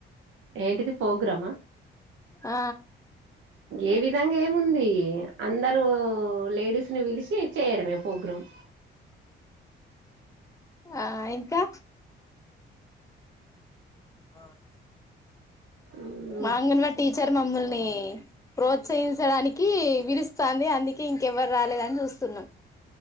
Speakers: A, on the right; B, on the left.
A: ఏంటిది ఫోగ్రామా
B: ఆ
A: ఏ విధంగ ఏముంది అందరూ లేడీస్ ని పిలిష్ షి చేయడమే ఫోగ్రామ్
B: ఆహ్ ఇంకా అహ్
A: ఉమ్
B: మా అంగన్వాడి టీచర్ మమ్మల్ని ప్రోత్సహించడానికి విలుస్తాంది. అందుకే ఇంకెవర్ రాలేదని చూస్తున్నం.